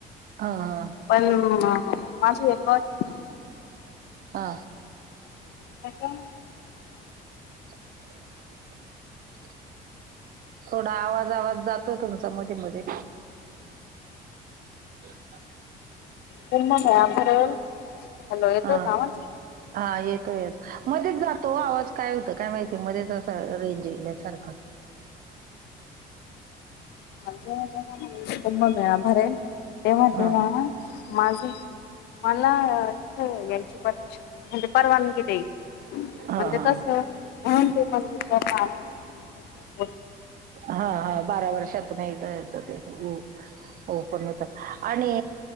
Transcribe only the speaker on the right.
हा हा
हा
मग ऐकून घ्या म्हटलं तेनी थोडा आवाज आवाज जातोय तुमचा मध्ये मध्ये येतोय काय आवाज
हा
हा येतो येत मध्येच वो जातो आवाज काय होत काय माहिती मध्येच असं रेंज गेल्या सारखं
हा
हा हा
हा हा बारा वर्षातून नाही येत ते हो हो पण होत आणि